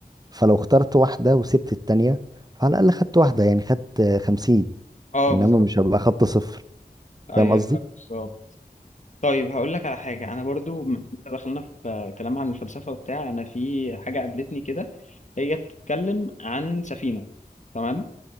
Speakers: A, on the right (about 25°); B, on the left (about 45°).
A: فلو اخترت واحده وسبت التانية فعلى الاقل خدت واحده يعني خدت آه، خمسين
B: اه
A: انما
B: بالظبط
A: مش هبقى خدت صفر فاهم
B: ايوه
A: قصدي
B: بالظبط طيب هقول لك على حاجه انا برضو م- إنت دخلنا في كلام عن الفلسفه وبتاع انا في حاجه قابلتني كده هي بتتكلم عن سفينه تمام